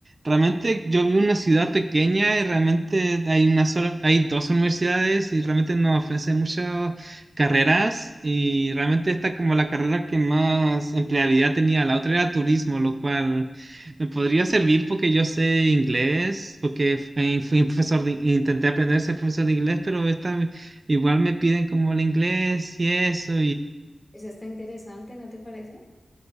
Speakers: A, on the right (about 40°); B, on the left (about 20°).
A: realmente yo vivo en una ciudad pequeña y realmente hay una sola, hay dos universidades y realmente nos ofrecen muchas carreras y realmente esta como la carrera que más empleabilidad tenía, la otra era turismo, lo cual me podría servir porque yo sé inglés, porque fui fui profesor de- intenté aprender a ser profesor de inglés, pero esta igual me piden como el inglés y eso
B: Eso está interesante, ¿no te parece?